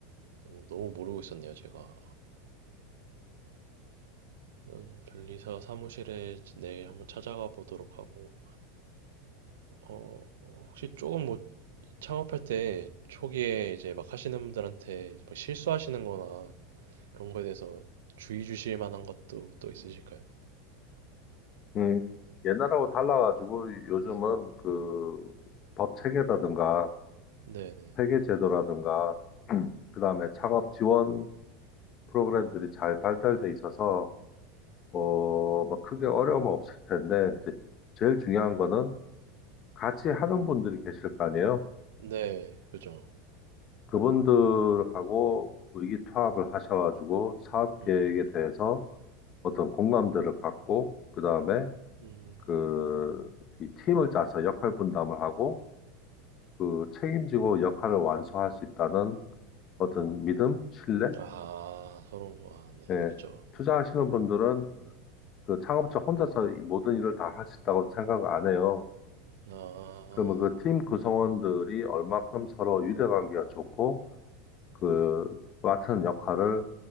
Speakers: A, on the right; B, on the left.
A: 너무, 너무 모르고 있었네요, 제가. 저는 변리사 사무실에 내일 한번 찾아가 보도록 하고, 어, 혹시 조금 뭐 창업할 때 초기에 이제 막 하시는 분들한테 막 실수하시는 거나 그런 거에 대해서 주의 주실 만한 것도 또 있으실까요?
B: 음, 옛날하고 달라가지고 요즘은
A: 네.
B: 그 법 체계라든가
A: 네네.
B: 회계 제도라든가 <clears throat> 그다음에 창업 지원 프로그램들이 잘 발달돼 있어서 어, 막 크게 어려움 은 없을 텐데 이제 제일 중요한 거는 같이 하는 분들이 계실 거 아니에요.
A: 네, 네, 그죠.
B: 그분들하고 의기투합을 하셔가지고 사업 계획에
A: 음,
B: 대해서 어떤 공감대를 갖고 그다음에
A: 음,
B: 그 이 팀을 짜서 역할 분담을 하고 그 책임지고 역할을 완수할 수 있다는 어떤 믿음, 신뢰,
A: 아, 서로, 아, 네,
B: 예.
A: 그죠.
B: 투자하시는 분들은
A: 네.
B: 그 창업자 혼자서 이 모든 일을 다 할 수 있다고 생각 안 해요.
A: 아,
B: 그러면 그 팀 구성원들이 얼만큼 서로 유대관계가 좋고 그 맡은 역할을